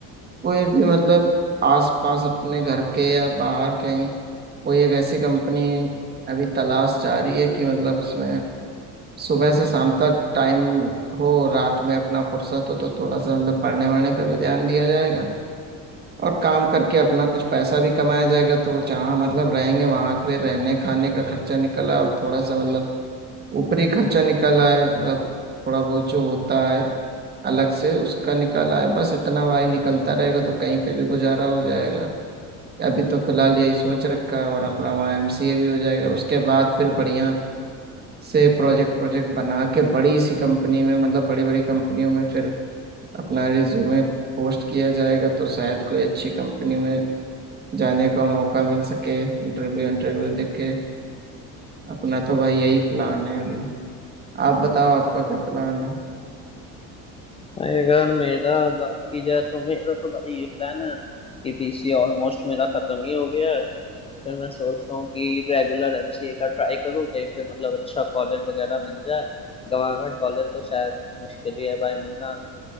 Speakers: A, on the right (about 30°); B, on the left (about 20°).
A: कोई भी मतलब आसपास अपने घर के या बाहर कहीं कोई एक ऐसी कंपनी अभी तलाश जा रही है कि मतलब उसमें सुबह से शाम तक टाइम हो रात में अपना फुर्सत हो तो थोड़ा सा मतलब पढ़ने वढ़ने पे भी ध्यान दिया जाएगा और काम करके अपना कुछ पैसा भी कमाया जाएगा तो जहाँ मतलब रहेंगे वहां पे रहने खाने का खर्चा निकल आए और थोड़ा सा मतलब ऊपरी खर्चा निकल आए मतलब थोड़ा बहुत जो होता है अलग से उसका निकल आए बस इतना भाई निकलता रहेगा तो कहीं पे भी गुजारा हो जाएगा अभी तो फिलहाल यही सोच रखा है और अपना वहाँ एमसीए भी हो जाएगा उसके बाद फिर बढ़िया से प्रोजेक्ट प्रोजेक्ट बना के बड़ी सी कंपनी में मतलब बड़ी बड़ी कंपनियों में फिर अपना रिज्यूमे पोस्ट किया जाएगा तो शायद कोई अच्छी कंपनी में जाने का मौका मिल सके इंटरव्यू इंटरव्यू देके अपना तो भाई यही प्लान है अभी आप बताओ आपका क्या प्लान है
B: भाई अगर मेरा बात की जाए तो मेरा तो भाई ये प्लान है कि पीसी ऑलमोस्ट मेरा खत्म ही हो गया है फिर मैं सोच रहा हूँ कि रेगुलर एमसीए का ट्राई करूँ कहीं पे मतलब अच्छा कॉलेज वगैरह मिल जाए गवर्नमेंट कॉलेज तो शायद मुश्किल ही है भाई मिलना